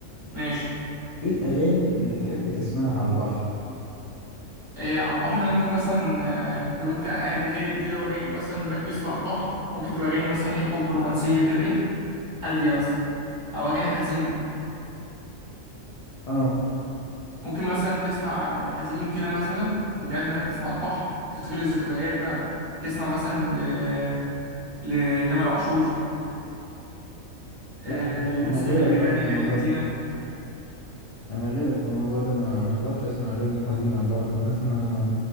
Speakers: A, on the right (about 35°); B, on the left (about 45°).
A: ماشي
B: ايه الأغاني اللي تحب تسمعها على البحر
A: إيه على البحر ممكن مثلا آه، لو انت قاعد هادي كده ورايق مثلا مركز في على البحر ممكن تبقى اغاني مثلا ايه حب رومانسيه كده ايه هاديه مثلا او اغاني حزينه
B: اه
A: ممكن مثلا تسمع لو حزين كده مثلا وانت قاعد مركز مع البحر تفتكر الذكريات بقى تسمع مثلا ل... لتامر عاشور آه،
B: لا
A: لمسلم
B: أنا غيرك
A: اللي بيغني
B: بقى في الموضوع
A: اغاني الحزينه
B: ده انا غيرك في الموضوع ده ما ما اعرفش اسمع اغاني حزينه على البحر انا اسمع